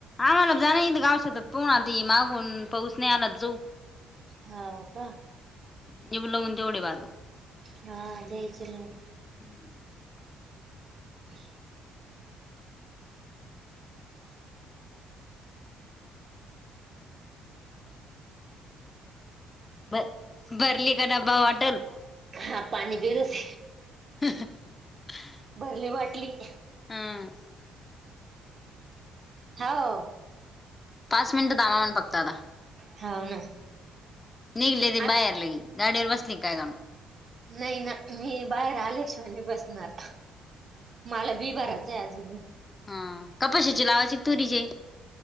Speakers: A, on the left; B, on the right.
A: आम्हाला जाण आहे गाव शेतात पण आता ती मागून पाऊस नाही आलात जाऊ.
B: हो का..
A: मी बोली लावून तेवढे बघ
B: हा द्यायचे लाऊन
A: हम्म.
B: <unintelligible>
A: बर भरली का डबा बॉटल.
B: हा पाणी पी तस
A: <unintelligible>
B: भरली बाटली
A: हां...
B: हा ओ...
A: पाच मिनट थांबा म्हणून फक्त आता-
B: हव ना..
A: निघली ती
B: आज
A: बाहेर लगे गाडीवर बसली काय दाण
B: नाही ना मी बाहेर आले श्वानी बसणार मला बिबाराच- काय आजुन-
A: हा कपाशीची लावायची का तुरीची-